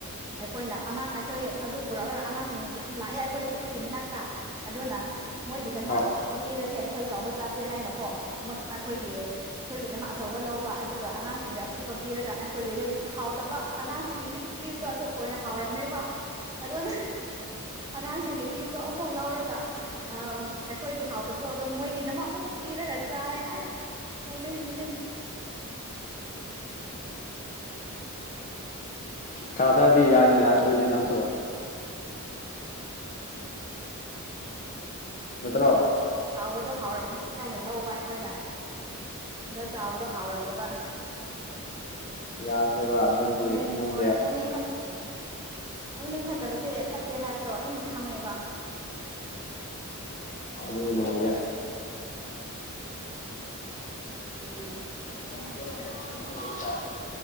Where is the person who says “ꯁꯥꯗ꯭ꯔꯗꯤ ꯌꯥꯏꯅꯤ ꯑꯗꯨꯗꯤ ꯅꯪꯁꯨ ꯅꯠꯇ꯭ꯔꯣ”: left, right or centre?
Left